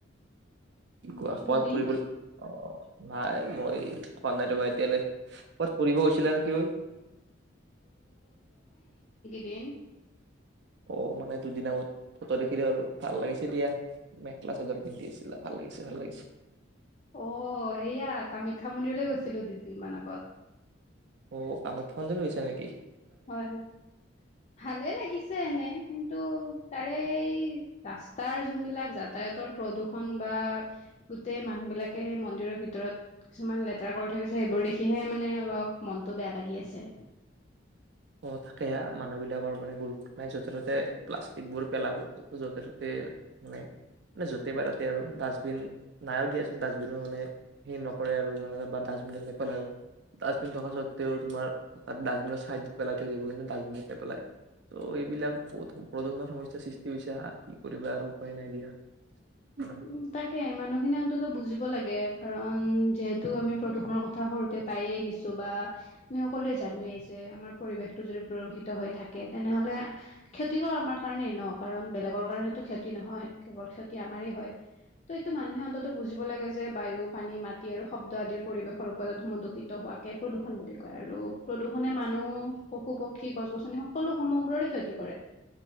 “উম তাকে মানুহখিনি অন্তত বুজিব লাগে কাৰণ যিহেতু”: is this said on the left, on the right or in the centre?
Left